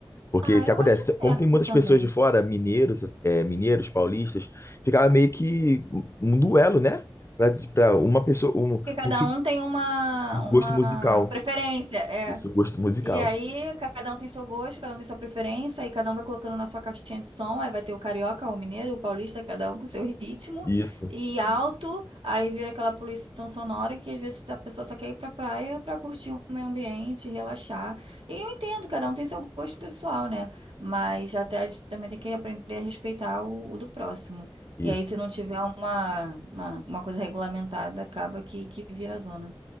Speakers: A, on the left; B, on the right.
A: Porque
B: Ah,
A: o que
B: eu
A: acontece?
B: acho certo
A: Como tem muitas
B: também.
A: pessoas de fora, mineiros, é, mineiros, paulistas, ficava meio que um um duelo, né? Para uma pessoa, um,
B: Porque cada
A: um tipo
B: um tem uma,
A: de gosto
B: uma
A: musical.
B: preferência, é.
A: Isso, gosto musical.
B: E aí, cada um tem seu gosto, cada um tem sua preferência, e cada um vai colocando na sua caixinha de som. Aí vai ter o carioca, o mineiro, o paulista, cada um com seu ritmo
A: Isso,
B: e alto. Aí vira aquela poluição sonora que às vezes a pessoa só quer ir pra praia pra curtir o meio ambiente, relaxar. E eu entendo, cada um tem seu gosto pessoal, né? Mas até a gente também tem que aprender a respeitar o, o do próximo.
A: isso.
B: E aí, se não tiver uma, uma, uma coisa regulamentada, acaba que, que vira zona.